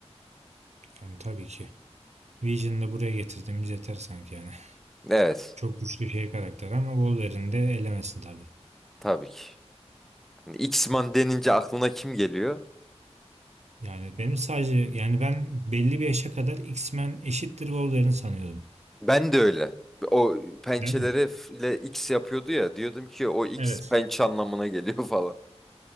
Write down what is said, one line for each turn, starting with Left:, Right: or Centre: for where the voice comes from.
Right: Yani tabii ki. Vision'ı da buraya getirdiğimiz yeter sanki yani.
Centre: Evet,
Right: Çok güçlü şey karakter ama Wolverine de elemesin tabii.
Centre: tabii ki. Yani X-Man denince aklına kim geliyor?
Right: Yani benim sadece yani ben belli bir yaşa kadar X-Men eşittir Wolverine sanıyordum.
Centre: Ben de öyle. O pençeleri
Right: Değil mi?
Centre: f- ile X yapıyordu ya. Diyordum ki o X
Right: Evet.
Centre: pençe anlamına geliyor <laughs> falan.